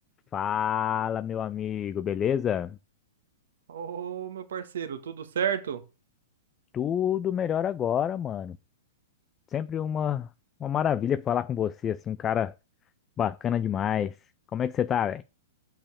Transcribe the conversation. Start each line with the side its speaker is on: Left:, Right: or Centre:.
Left: Fala, meu amigo, beleza?
Right: Ô, meu parceiro, tudo certo?
Left: Tudo melhor agora, mano. Sempre uma, uma maravilha falar com você, assim, um cara bacana demais. Como é que você tá, velho?